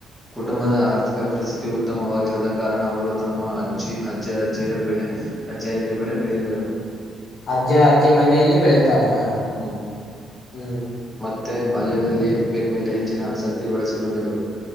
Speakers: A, in the centre; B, on the left.
A: ಕುಟುಂಬದ
B: ಹ್ಮ್
A: ಆರ್ಥಿಕ ಪರಿಸ್ಥಿತಿ. ಅ ಉತ್ತಮವಾಗಿರದ ಕಾರಣ ಅವರು. ತಮ್ಮ ಅಜ್ಜಿ ಅಜ್ಜಿ ಅಜ್ಜಿಯರ ಬೆಳೆ. ಅಜ್ಜಿ ಹಾಜರ ಬೆಳೆ ಬೆಳಿದರು. <unintelligible>
B: ಅಜ್ಜ ಅಜ್ಜಿ ಮನೆಯಲ್ಲಿ ಬೆಳತ್. ತಾರೆ ಹಾ
A: ಹ್ಮ್
B: ಹ್ಮ್.
A: ಮತ್ತೆ ಬಾಲ್ಯದಲ್ಲಿಯೇ ಕ್ರಿಕೆಟ್ ಮೇಲೆ ಹೆಚ್ಚಿನ ಆಸಕ್ತಿ ಬಳಸಿಕೊಂಡರು.